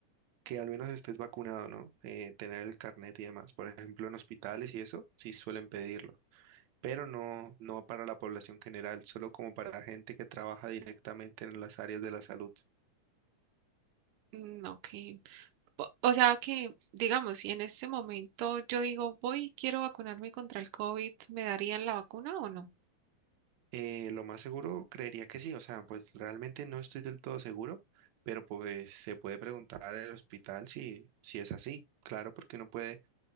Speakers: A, on the right; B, on the right.
A: que al menos estés vacunado, ¿no? Eh, tener el carnet y demás. Por ejemplo, en hospitales y eso, sí suelen pedirlo, pero no, no para la población general, solo como para gente que trabaja directamente en las áreas de la salud.
B: Mm, ok, Po- o sea que, digamos, si en este momento yo digo, voy, quiero vacunarme contra el COVID, ¿me darían la vacuna o no?
A: Eh, lo más seguro, creería que sí, o sea, pues realmente no estoy del todo seguro, pero pues se puede preguntar al hospital si, si es así. Claro, porque uno puede